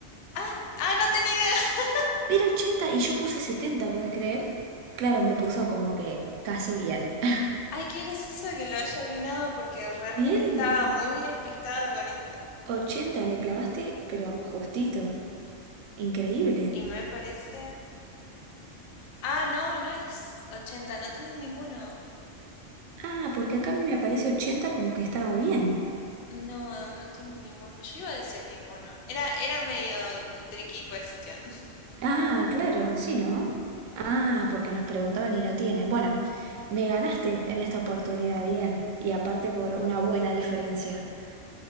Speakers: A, on the left; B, on the right.
A: Ah, ah, no tenía idea. <laughs>
B: Era 80 y yo puse 70, ¿podés creer? Claro, me puso como que casi bien. <laughs>
A: Ay, qué gracioso que lo haya adivinado porque realmente
B: Bien,
A: estaba muy despistada con esto.
B: 80 le clavaste, pero justito. Increíble.
A: Y me parece Ah, no, no es 80. no tiene ninguno.
B: Ah, porque acá a mí me aparece 80 como que estaba bien.
A: No, no tiene ninguno. Yo iba a decir ninguno. Era, era medio tricky question. <laughs>
B: Ah, claro, sí, ¿no? Ah, porque nos preguntaban y no tienen. Bueno, me ganaste en esta oportunidad, bien. Y aparte por una buena diferencia. <laughs>